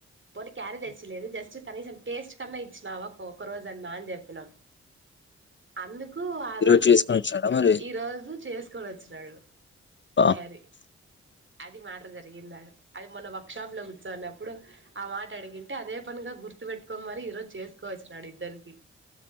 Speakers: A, on the right; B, on the left.
A: పో క్యారిీ తెచ్చిలేదు జస్ట్ కనీసం టేస్ట్ కన్నా ఇచ్చినావా ఒక్క రోజు అన్నా అని చెప్పినాం అందు కు ఆ
B: ఈరోజు
A: రోజు
B: చేసుకొని వచ్చాడా మరి
A: ఈ రోజు చేసుకొని వచ్చినాడు
B: బా
A: క్యారీ అది మ్యాటర్ జరిగిందాడ అది మొన్న వర్క్ షాప్ లో కూర్చోని అప్పుడు ఆ మాట అడిగింటే అదే పనిగా గుర్తు పెట్టుకొని మరి ఈ రోజు చేసుకోని వచ్చినాడు ఇద్దరికి